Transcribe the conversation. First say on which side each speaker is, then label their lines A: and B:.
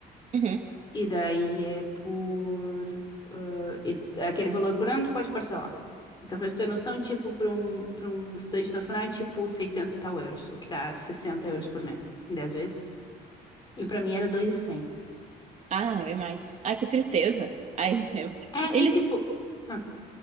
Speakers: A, on the right; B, on the left.
A: Uhum.
B: E daí é por. ah, e- aquele valor por ano tu pode parcelar. Então, pra você ter noção, tipo, para um, para um estudante nacional é tipo 600 e tal euros, o que dá 60 euros por mês, em 10 vezes. E pra mim era dois mil e cem
A: Ah, bem mais. Ai, que tristeza. Ai, <laughs>
B: É,
A: eles,
B: e tipo. ah,